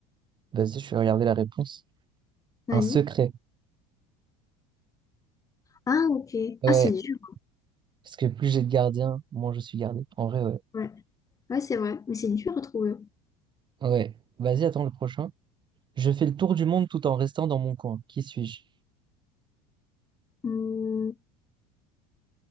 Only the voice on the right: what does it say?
Vas-y, je vais regarder la réponse.
Un secret.
Ouais.
Parce que plus j'ai de gardiens, moins je suis gardé. En vrai, ouais.
Ouais. Vas-y, attends le prochain. Je fais le tour du monde tout en restant dans mon coin. Qui suis-je?